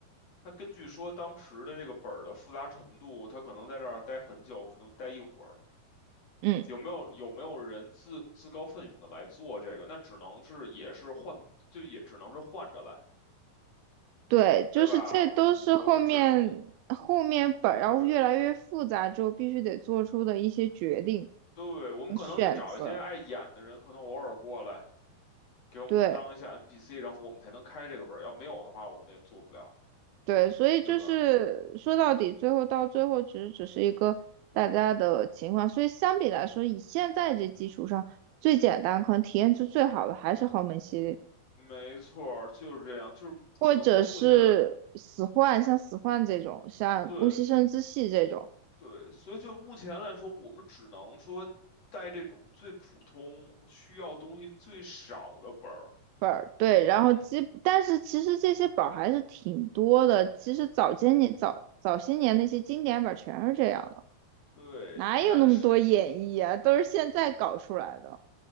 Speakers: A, on the left (about 45°); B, on the right (about 80°).
A: 他根据说当时的这个本儿的复杂程度，他可能在这儿待很久，可能待一会儿。
B: 嗯，
A: 有没有有没有人自自告奋勇的来做这个？那只能是也是换，就也只能是换着来，
B: 对，
A: 对吧？
B: 就是这都是后面后面本儿要越来越复杂之后必须得做出的一些决定。
A: 我我们只能对对，我们可能得找一些爱演的人，
B: 和选择。
A: 可能偶尔过来给我们当一下
B: 对
A: NPC，然后我们才能开这个本儿。要没有的话，我们也做不了，
B: 对，所以就是说到底，
A: 对吧？
B: 最后到最后，其实只是一个大家的情况。所以相比来说，以现在这基础上，最简单可能体验就最好的还是豪门系列，
A: 没错儿，就是这样，就是只能说目前
B: 或者是死幻，像死幻这种，像木西生之系这种
A: 对对，所以就目前来说，我们只能说带这种最普通、需要东西最少的本儿。
B: 本儿。对，
A: 一嗯，
B: 然后基，但是其实这些本儿还是挺多的。其实早些年早早些年那些经典本儿全是这样的，
A: 对，
B: 哪有那么多演绎啊？
A: 一旦事
B: 都是现在搞出来的。